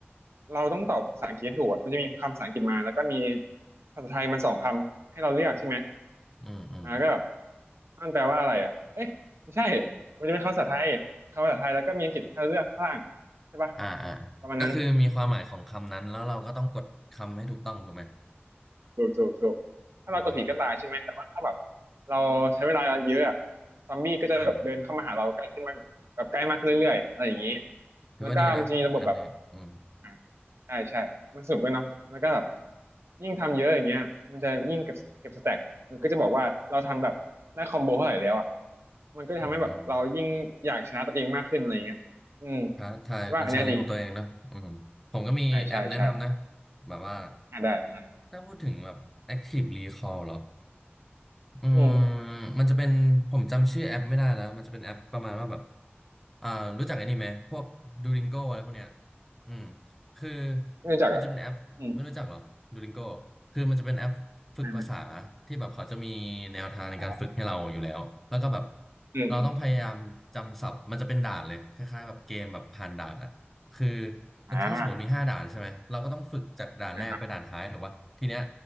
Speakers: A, on the right; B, in the centre.
A: เราต้องตอบภาษาอังกฤษให้ถูกอะมันจะมีคำภาษาอังกฤษมาแล้วก็มีภาษาไทยมาสองคำให้เราเลือกใช่ไหม
B: อืมอืม
A: อ่าก็แบบมันแปลว่าอะไรอ่ะเอ๊ะไม่ใช่มันจะเป็นคำภาษาไทยคำภาษาไทยแล้วก็มีอังกฤษให้เราเลือกข้างล่างใช่ปะ
B: อ่าอ่า
A: ประมาณนั้น
B: ก็คือมีความหมายของคำนั้นแล้วเราก็ต้องกดคำให้ถูกต้องถูกไหม
A: ถูกถูกถูกถ้าเรากดผิดก็ตายใช่ไหมแต่ว่าถ้าแบบ
B: อ๋อ
A: เราใช้เวลาเยอะอะซอมบี้ก็จะแบบเดินเข้ามาหาเราใกล้ขึ้นมากแบบใกล้มากขึ้นเรื่อยๆอะไรอย่างนี้
B: อืมถือว่าดีนะแอปนี้อืม
A: แล้วก็มันจะมีระบบแบบอ่าใช่ใช่มันสนุกด้วยเนาะแล้วก็แบบยิ่งทำเยอะอย่างเงี้ยมันจะยิ่งเก็บเก็บสแต็กมันก็จะบอกว่าเราทำแบบได้คอมโบเท่าไหร่แล้วอ่ะมันก็จะทำให้แบบเรายิ่งอยากชนะตัวเองมากขึ้นอะไรอย่างเงี้ยอืม
B: อืมท้าทายเป็นชาเลนจ์ของตัวเองเนอะอืมผมก็มีแอปแนะนำนะ
A: ผมคิดว่าอันเนี้ยดีใช่ใช่ใช่
B: แบบว่า
A: อ่าได้อ่า
B: ถ้าพูดถึงแบบ Active Recall เหรอ อืม
A: อืม
B: มันจะเป็นผมจำชื่อแอปไม่ได้แล้วมันจะเป็นแอปประมาณว่าแบบอ่ารู้จักไอ้นี่ไหมพวกดู o ิงโกอะไรพวกเนี้ยอืมคือ
A: ไม่รู้จักอ่ะ
B: มันจะเป็นแอปไม่รู้จักหรอดู
A: อืม
B: o ิงโกคือมันจะเป็นแอปฝึกภาษา
A: ไม่ไม่
B: ที่แบบเขาจะมีแนวทางในการฝึกให้เราอยู่แล้วแล้วก็แบบ
A: อ๋ออืมอืม
B: เราต้องพยายามจำศัพท์มันจะเป็นด่านเลยคล้ายๆแบบเกมแบบผ่านด่านอะคือมันถ้าสมมติมีห้าด่านใช่ไหมเราก็ต้องฝึกจากด่านแรกไปด่านท้ายถูกปะทีเนี้ย
A: อ่านะครับ